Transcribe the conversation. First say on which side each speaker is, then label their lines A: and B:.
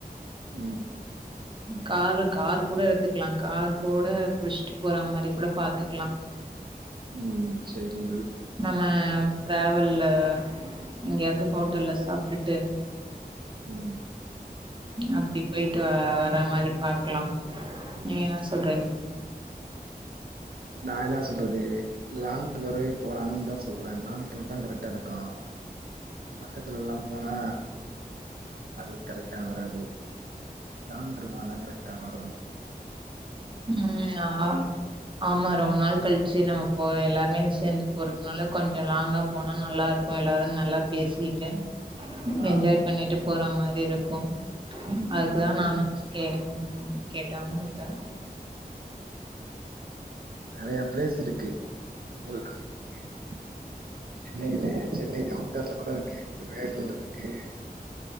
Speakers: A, on the right; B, on the right.
A: ம்
B: காரு கார் கூட எடுத்துக்கலா கார் கூட விச்சிட்டு போற மாரி கூட பாத் பத்துக்லா
A: ம் சரி
B: நம்ம டிராவல்ல எங்கயாவது ஹோட்டல்ல சாப்ட்டுட்டு
A: ம்
B: அப்டி போயிட்டு அ வர மாரி பாக்குலா நீங்க என்னா சொல்றீங்க
A: நா என்னா சொல்றது லாங் டூரே போலான்னு தா சொல்றேன் லாங் டூர் தான் கரெக்டா இருக்கும் பக்கத்துலல்லா போனா அது கரெக்டா வராது லாங் ட்ரிப்பாதா ட்ரெக்டா வரூ
B: ம் ஆ ஆமா ரொம்ப நாள் கழிச்சு நம்ம போ எல்லாருமே சேந்து போறதுனால கொஞ்சோ லாங்கா போனா நல்லா இருக்கும் எல்லாரும் நல்லா பேசிட்டு
A: ஆ.
B: என்ஜாய் பண்ணிட்டு போற மாரி இருக்கும் அதுக்குதா
A: ம்.
B: நானும் ஸ் கே கேட்டாவு வெய்ட்டா
A: நறைய பிளேஸ் இருக்கு <unintelligible> இல்லயே சென்னை <unintelligible> போல இருக்கு வேலூர் இருக்கு